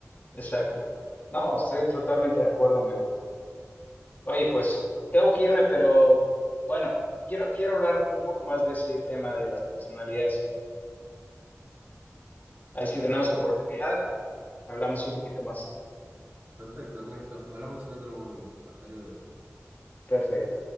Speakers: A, on the left; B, on the right.
A: exacto. No, estoy totalmente de acuerdo, amigo. Oye, pues tengo que irme, pero bueno, quiero, quiero hablar un poco más de ese tema de las personalidades. Ahí si
B: Perfecto,
A: tenemos oportunidad, hablamos un poquito más.
B: perfecto, Ernesto. Hablamos en otro momento. Hasta luego.
A: Perfecto.